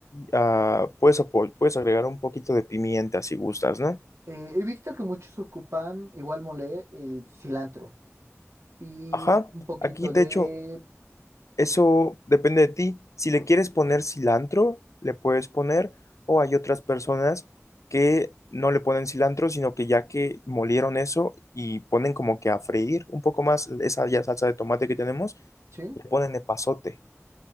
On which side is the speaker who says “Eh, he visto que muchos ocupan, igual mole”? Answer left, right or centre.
Right